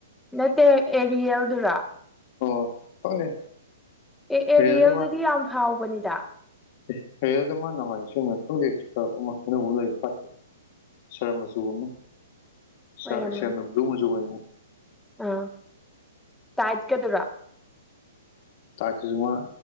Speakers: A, in the centre; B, on the left (about 40°).
A: ꯅꯠꯇꯦ ꯑꯦꯔꯤꯌꯜꯗꯨꯔꯣ
B: ꯑꯣ ꯈꯪꯗꯦ
A: ꯑꯦ
B: ꯍꯦꯔꯦꯜꯗ
A: ꯑꯦꯔꯤꯌꯜꯗꯨꯗꯤ ꯌꯥꯝ ꯐꯥꯎꯕꯅꯤꯗ
B: ꯑꯦ ꯑꯦꯔꯦꯜꯗ ꯃꯥ ꯅꯍꯋꯥꯏ <unintelligible> ꯈꯪꯗꯦ ꯁꯔꯞ ꯑꯃꯥ ꯑꯅꯧꯕ <unintelligible> ꯁꯔꯞ ꯃꯆꯨ ꯑꯃꯥ ꯁꯔꯞ
A: ꯑꯣꯏꯔꯝꯃꯅꯤ
B: ꯑꯦꯛꯁꯦꯜꯅ ꯕ꯭ꯂꯨ ꯃꯆꯨ ꯑꯣꯏꯅ
A: ꯑꯥ ꯇꯥꯏꯠꯀꯗꯨꯔꯣ
B: ꯇꯥꯛꯁꯇꯨꯖꯨ ꯃꯥ